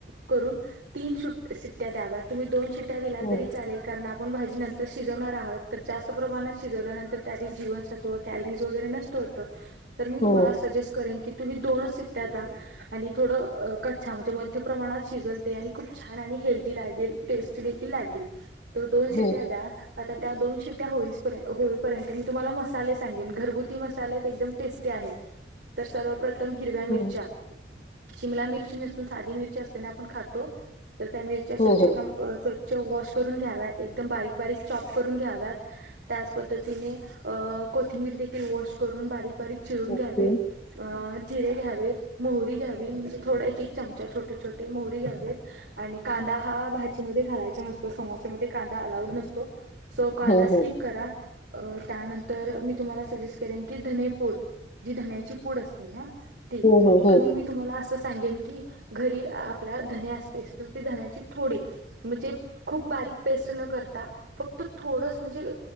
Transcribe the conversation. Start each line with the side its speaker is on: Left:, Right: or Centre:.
Right: करून तीन सू शिट्ट्या द्याव्यात तुमी दोन सिट्ट्या दिला
Left: हो
Right: तरी चालेल कारण आप आपण भाजी नंतर शिजवणार आहोत, तर जास्त प्रमाणात शिजवल्यानंतर त्यातील जीवनसत्व कॅलरीज वगैरे नस पण मी
Left: हो
Right: तुम्हाला सजेस्ट करेन की तुम्ही दोनचं सिट्ट्या द्या, आणि थोडं कच्च्या म्हणजे, मध्य प्रमाणात शिजेल ते आणि खूप छान आणि हेल्दी लागेल टेस्टी देखील लागेल, तर दोन शिट्ट्या
Left: हो
Right: द्या आता त्या दोन शिट्या होई होईपर्यंत, मी तुम्हाला मसाले सांगेन, घरगुती मसाले, ते एकदम टेस्ट ती आहे तर सर्वप्रथम हिरव्या मिरच्या
Left: हो
Right: शिमला मिरची नसून साधी मिरची असते ना आपण खातो, तर त्या मिरच्या स्वच्छ
Left: हो हो
Right: प्रमा अ, स्वच्छ वॉश करून घ्याव्यात, एकदम बारीक बारीक चॉप करून घ्याव्यात त्याच पद्धतीने अ कोथिंबीर देखील वॉश करून बारीक बारीक चिरून
Left: ओके
Right: घ्यावे अ जिरे घ्यावेत, मोहरी घ्यावी, म्हणजे थोडा एक एक चमचा छोटे छोटे मोहरी घ्यावेत आणि कांदा हा भाजीमध्ये घालायचा नसतो, समोसेमध्ये कांदा अलाऊड नसतो. सो कांदा
Left: हो हो
Right: स्किप करा अं त्यानंतर मी तुम्हाला सजेस्ट करेन की धनेपूड जी धण्याची पूड असते ना ते
Left: हो हो
Right: मग
Left: हो
Right: तुम्ही मी तुम्हाला असं सांगेन की घरी आपल्या धने असतेस तर ती धन्याची थोडी म्हणजे खूप बारीक पेस्ट न करता फक्त थोडचं म्हणजे